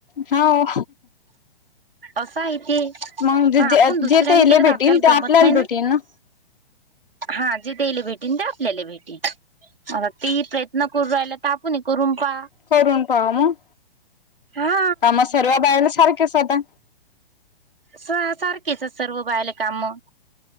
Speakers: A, on the left (about 60°); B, on the right (about 65°).
A: हांव
B: असं आहे ते
A: मग
B: पणं
A: जे
B: आपणं दुसऱ्यांनी
A: जे तेले
B: केलं
A: भेटीन
B: तरं आपल्यांला
A: ते आपल्याला
B: गंमत नाहीं नां
A: भेटीन
B: ते
A: ना
B: हां जे तेल्यां भेटेन ते आपल्यांला भेटेन. आंता तेही प्रयत्न करूं राहायलां तरं आपणंही करुंण पहां.
A: करूंन पहां मंग....
B: हा
A: कामं सर्व बायाला साखरेचं आंता.
B: स-सारखेचं सर्व बायांनले कामं.